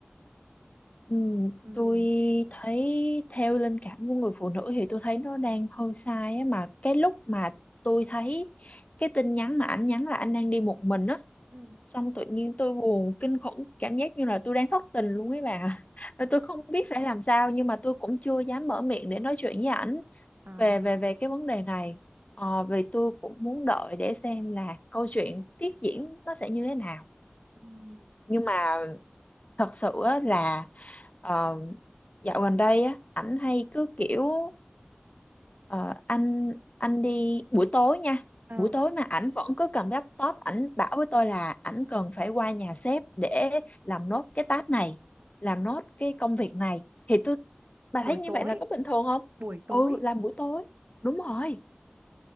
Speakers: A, on the left (about 35°); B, on the right (about 45°).
A: ừ,
B: ừ.
A: tôi thấy theo linh cảm của người phụ nữ thì tôi thấy nó đang hơi sai á mà cái lúc mà tôi thấy cái tin nhắn mà ảnh nhắn là anh đang đi một mình á
B: ừ.
A: xong tự nhiên tôi buồn kinh khủng cảm giác như là tôi đang thất tình luôn ấy bà <laughs> và tôi không biết phải làm sao nhưng mà tôi cũng chưa dám mở miệng để nói chuyện với ảnh
B: À,
A: về về về cái vấn đề này ờ, vì tôi cũng muốn đợi để xem là câu chuyện tiếp diễn nó sẽ như thế nào
B: ừ.
A: nhưng mà thật sự á, là ờ, dạo gần đây á ảnh hay cứ kiểu Ờ, anh anh đi buổi tối nha
B: Ờ,
A: buổi tối mà ảnh vẫn cứ cầm laptop ảnh bảo với tôi là ảnh cần phải qua nhà sếp để làm nốt cái task này làm nốt cái công việc này thì tôi bà
B: buổi
A: thấy như
B: tối
A: vậy là có bình thường không
B: buổi
A: ừ
B: tối
A: làm buổi tối đúng rồi